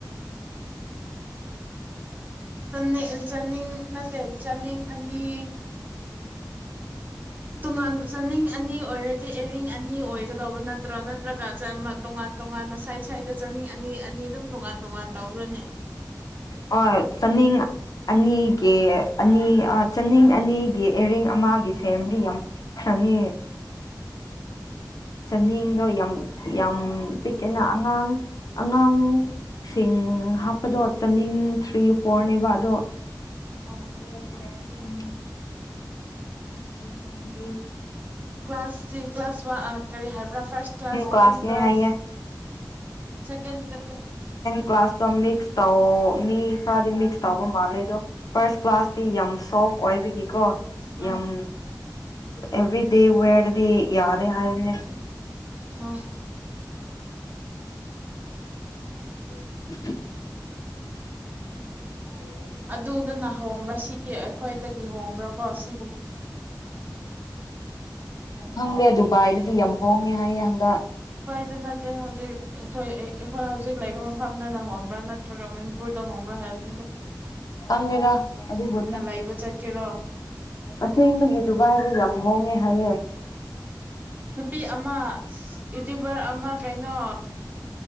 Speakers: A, on the right; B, on the left.
A: ꯅꯤꯡ ꯆꯥꯅꯤꯡ ꯅꯠꯇꯦ ꯆꯥꯅꯤꯡ ꯑꯅꯤ ꯇꯣꯉꯥꯟ ꯆꯥꯅꯤꯡ ꯑꯅꯤ ꯑꯣꯏꯔꯗꯤ ꯑꯔꯤꯡ ꯑꯅꯤ ꯑꯣꯏꯒꯗꯧꯕ ꯅꯠꯇꯦ ꯅꯠꯇ꯭ꯔꯣ ꯅꯠꯇ꯭ꯔꯒ ꯇꯣꯉꯥꯟ ꯇꯣꯉꯥꯟꯅ ꯁꯥꯏꯠ ꯁꯥꯏꯗ ꯆꯥꯅꯤꯡ ꯑꯅꯤ ꯑꯅꯤ ꯑꯗꯨꯝ ꯇꯣꯉꯥꯟ ꯇꯣꯉꯥꯟ ꯇꯧꯈ꯭ꯔꯅꯦ
B: ꯍꯣꯏ ꯆꯅꯤꯡ ꯑꯅꯤꯒꯤ ꯑꯅꯤ ꯆꯅꯤꯡ ꯑꯅꯤꯒꯤ ꯏꯌꯥꯔꯤꯡ ꯑꯃꯒꯤ ꯁꯦꯝꯗꯤ ꯌꯥꯝ ꯄꯛꯈ꯭ꯔꯅꯤ ꯆꯥꯅꯤꯡꯗꯣ ꯌꯥꯝ ꯌꯥꯝ ꯄꯤꯛꯑꯦꯅ ꯑꯉꯥꯡ ꯑꯉꯥꯡꯁꯤꯡ ꯍꯥꯞꯄꯗꯣ ꯆꯥꯅꯤꯡ ꯊ꯭ꯔꯤ ꯐꯣꯔꯅꯦꯕ ꯑꯗꯣ <inaudible>
A: ꯑꯣ
B: ꯎꯝ <inaudible>
A: ꯀ꯭ꯂꯥꯁꯇ ꯀ꯭ꯂꯥꯁ ꯋꯥ ꯀꯔꯤ ꯍꯥꯏꯕ꯭ꯔꯥ ꯐꯥꯔꯁ ꯀ꯭ꯂꯥꯁ ꯁꯦꯀꯦꯟ
B: ꯀ꯭ꯂꯥꯁꯅꯦ
A: ꯀ꯭ꯂꯥꯁ
B: ꯍꯥꯏꯌꯦ
A: ꯁꯦꯀꯦꯟ ꯈ
B: ꯀ꯭ꯂꯥꯁꯇ ꯃꯤꯛꯁ ꯇꯧ ꯃꯤ ꯈꯔꯗꯤ ꯃꯤꯛꯁ ꯇꯧꯕ ꯃꯥꯜꯂꯦ ꯑꯗꯣ ꯐꯥꯔꯁ ꯀ꯭ꯂꯥꯁꯇꯤ ꯌꯥꯝ ꯁꯣꯐ ꯑꯣꯏꯕꯒꯤ ꯀꯣ
A: ꯑꯥ
B: ꯌꯥꯝ ꯑꯦꯕ꯭ꯔꯤ ꯗꯦ ꯋ ꯀꯗꯤ ꯌꯥꯗ ꯍꯥꯏꯔ
A: ꯎꯝ
B: <inaudible> <inaudible>
A: ꯑꯗꯨꯗꯅ ꯍꯣꯡꯕ꯭ꯔꯥ ꯁꯤ ꯑꯩꯈꯣꯏꯗꯒꯤ ꯍꯣꯡꯕ꯭ꯔꯥ ꯀꯣ ꯁꯤ
B: ꯐꯪꯪꯗꯦ ꯑꯗꯨ ꯥꯏꯔꯗꯤ ꯌꯥꯝ ꯐꯣꯡꯉꯦ ꯍꯥꯏ ꯌꯥꯝꯟꯗ
A: ꯗ ꯅꯠꯇ ꯍꯧꯖꯤꯛ ꯑꯩꯈꯣꯏ ꯑꯩꯈꯣꯏ ꯍꯧꯖꯤꯛ ꯂꯩꯕ ꯃꯐꯝ ꯝꯗꯅ ꯍꯣꯡꯕ꯭ꯔꯥ ꯅꯠꯇ꯭ꯔꯒ ꯃꯅꯤꯄꯨꯔꯗ ꯍꯣꯡꯕ꯭ꯔꯥ ꯍꯥꯏꯕꯅꯤꯒ
B: ꯆꯪꯗꯦꯗ ꯑꯗꯨꯕꯨꯗꯤ
A: ꯂꯩꯕ ꯆꯠꯀꯦꯔꯣ
B: ꯑꯁꯦꯡꯕꯒꯤ ꯗꯨꯚꯏꯗ ꯌꯥꯝ ꯍꯣꯡꯉꯦ ꯍꯥꯏꯌꯦ
A: ꯅꯨꯄꯤ ꯑꯃ ꯌꯨꯇ꯭ꯨꯕꯔ ꯑꯃ ꯀꯩꯅꯣ